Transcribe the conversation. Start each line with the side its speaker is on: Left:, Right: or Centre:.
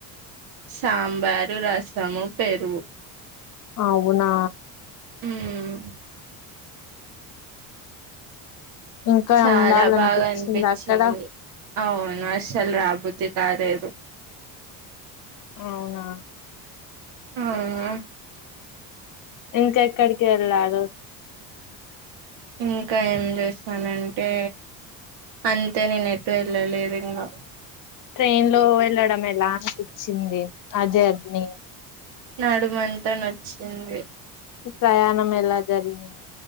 Right: సాంబార్ రసము, పెరుగు.
Left: అవునా
Right: మ్మ్
Left: ఇంకా
Right: చాలా
Left: ఉండాలనిపించింది
Right: బాగా అనిపిచ్చింది
Left: అక్కడ
Right: అవున్. నస్సలు రాబుద్ధి కాలేదు.
Left: అవునా
Right: అవునా
Left: ఇంక ఎక్కడికెల్లారు?
Right: ఇంకా ఏం చేస్తానంటే అంతే నేను ఎటు ఎల్లలేదు ఇంగా
Left: ట్రైన్ లో వెళ్ళడం ఎలా అనిపిచ్చింది ఆ జర్నీ.
Right: నడుమంతా నొచ్చింది.
Left: ప్రయాణం ఎలా జరిగి